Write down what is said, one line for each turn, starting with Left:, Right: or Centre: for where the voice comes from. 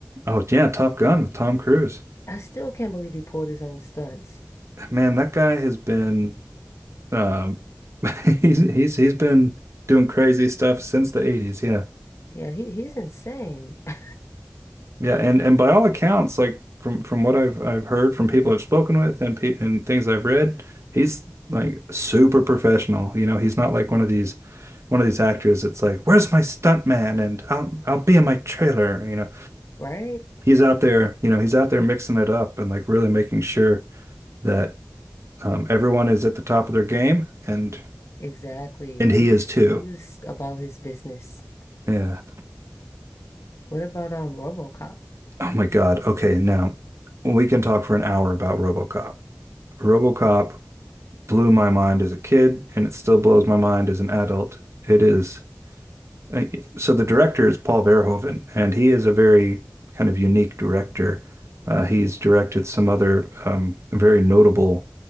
Right: Oh yeah, Top Gun with Tom Cruise.
Left: I still can't believe he pulled his own stunts.
Right: Man, that guy has been um <laughs> he's he's he's been doing crazy stuff since the 80s, yeah.
Left: Yeah, he he's insane. <laughs>
Right: Yeah, and and by all accounts, like from from what I've I've heard from people I've spoken with and pe and things I've read, he's like super professional. You know, he's not like one of these one of these actors. It's like, where's my stunt man? And I'll I'll be in my trailer. You know,
Left: Right?
Right: he's out there. You know, he's out there mixing it up and like really making sure that um, everyone is at the top of their game, and
Left: Exactly.
Right: and
Left: He
Right: he
Left: was
Right: is too.
Left: he was about his business.
Right: Yeah.
Left: What about um RoboCop?
Right: Oh my God. Okay, now we can talk for an hour about RoboCop. RoboCop blew my mind as a kid, and it still blows my mind as an adult. It is uh, so the director is Paul Verhoeven, and he is a very kind of unique director. Uh, he's directed some other um, very notable